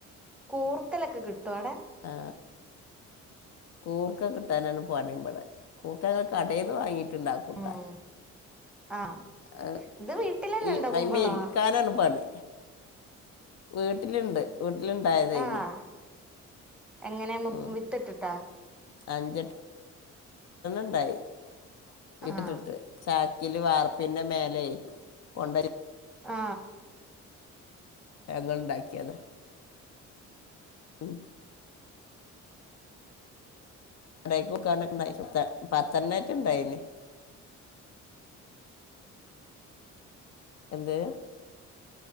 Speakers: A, in the centre; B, on the left.
A: കൂർക്കലൊക്കെ കിട്ടോ അവിടെ
B: ആ കൂർക്ക കിട്ടാനാണ് പണി ഇബടെ കൂർക്ക ഞങ്ങള് കടയിന്ന് വാങ്ങിട്ട് ഉണ്ടാക്കൂട്ട
A: ഉം ആഹ്
B: ആ
A: ഇത് വീട്ടിലന്നെ
B: ഈ
A: ഇണ്ടോ കുമ്പളം
B: ഐമേ ഇര്കാനാണ് പണി വീട്ടിലുണ്ട് വീട്ടിലുണ്ടായതായിരുന്നു
A: ആഹ് എങ്ങനെ മു
B: ഉം
A: വിത്തിട്ടിട്ടാ
B: അഞ്ചെട്ടെണ്ണം ണ്ടായി വിത്ത്ട്ടിട്ട്
A: ആഹ്
B: ചാക്കില് വാർപ്പിന്റെ മേലെ കൊണ്ട
A: ആ
B: ഞങ്ങൾണ്ടാക്കിയത് ഓ കടേക്ക് <unintelligible> പ പത്തെണ്ണെറ്റെ ഇണ്ടായിനി എന്ത്